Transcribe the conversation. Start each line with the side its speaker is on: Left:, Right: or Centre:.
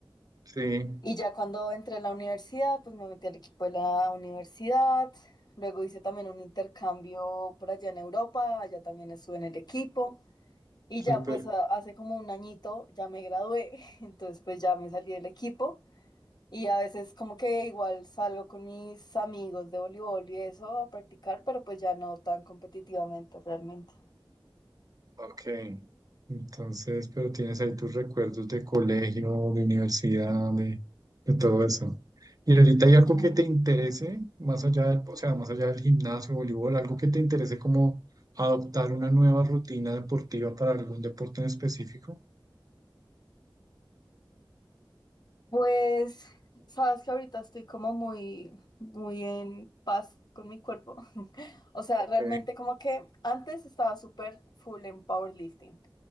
Right: Sí,
Left: Y ya cuando entré a la universidad, pues me metí al equipo de la universidad, luego hice también un intercambio por allá en Europa, allá también estuve en el equipo. Y
Right: súper.
Left: ya pues a- hace como un añito ya me gradué, <laughs> entonces pues ya me salí del equipo y a veces como que igual salgo con mis amigos de voleibol y eso a practicar, pero pues ya no tan competitivamente realmente.
Right: Ok, entonces, pero tienes ahí tus recuerdos de colegio, de universidad, de, de todo eso. ¿Y ahorita hay algo
Left: Oh,
Right: que te interese, más allá del- o sea, más allá del gimnasio, voleibol, algo que te interese como adoptar una nueva rutina deportiva para algún deporte en específico?
Left: Pues sabes que ahorita estoy como muy, muy en paz con mi cuerpo. <laughs> O sea,
Right: Ok.
Left: realmente como que antes estaba súper full en powerlifting,